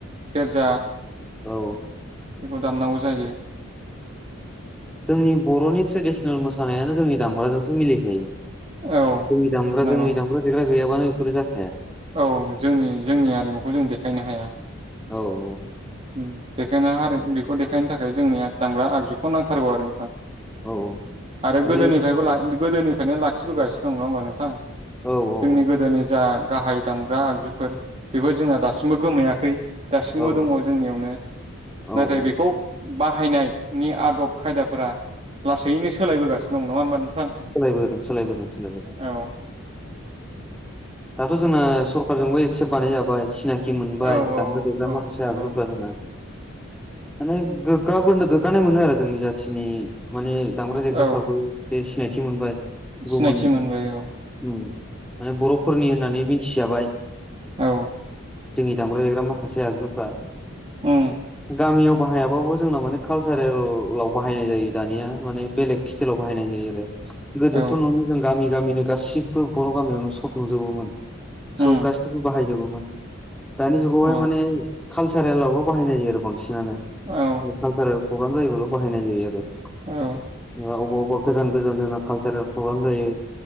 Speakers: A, on the right; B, in the centre.
A: सेरजा
B: औ
A: बेखौ दामनांगौ जायो
B: जोंनि बर'नि ट्रेडिसनेल मोसानायानो जोंनि दामग्राजोंसो मिलिखायो
A: औ
B: जोंनि दामग्रा
A: नंगौ
B: जोंनि दामग्रा देग्रा गैयाबानो बेफोरो जाखाया
A: औ जोंनि
B: औ
A: जोंनि आरिमुखौ जों देखायनो हाया
B: औ औ
A: देखायनो आरो बेखौ देखायनो थाखाय जोंनिया दामग्रा आगजुखौ नांथारगौ आरो नोंथां
B: औ
A: आरो
B: माने
A: गोदोनिफ्रायबो ला गोदोनि बेखायनो लाखिबोगासिनो दं नङा होमबा नोंथां
B: औ
A: जोंनि
B: औ
A: गोदोनि जा गाहाय दामग्रा आगजुफोर बेबो जोंना दासिमबो गोमायाखै दासिमबो
B: औ
A: दङ नियावनो
B: औ
A: नाथाय बेखौ बाहायनाय नि आदब खायदाफोरा लासैनो सोलायबोगासिनो दं नङा होमबानो
B: सोलायबोदों सोलायबोदों सोलायबोदों
A: औ
B: दाथ' जोंना सरखारजोंबो एक्सेप्ट बानाय जाबाय जेनोखि मोनबाय
A: औ औ
B: दामग्रा देग्रा
A: औ
B: माखासे
A: नंगौ
B: आगजुफोर
A: नोंथां
B: आरो ना माने गोग्गाबोनो गोग्गानाय मोनो आरो जोंनि जाथिनि माने दामग्रा देगग्राफ्राबो
A: औ
B: बे मोनबाय
A: सिनायथि
B: गुबुन
A: मोनबाय औ
B: ओम माने बर'फोरनि होननानै मिथिजाबाय
A: औ।
B: जोंनि दामग्रा देग्रा माखासे आगुफ्रा
A: उम।
B: गामियाव बाहायाबाबो जोंना माने कालसारेलाव बाहायनाय जायो दानिया माने बेलेग स्टाइलाव बाहायनाय जायो आरो गोदोथ'
A: औ
B: न'आवनो जों गामि गामिनो गासिबो बर' गामियावनो सब नुजोबोमोन
A: उम
B: सब गासैबो बाहायजोबोमोन। दानि जुगावहाय
A: औ
B: माने कालसारेलावल' बाहायनाय जायो आरो बां सिनानो
A: औ
B: बे कालसारेल प्रग्राम जायोबाल' बाहायनाय जायो आरो जा
A: औ
B: अबेबा अबेबा गोजान गोजान जोंना कालसारेल प्रग्राम जायो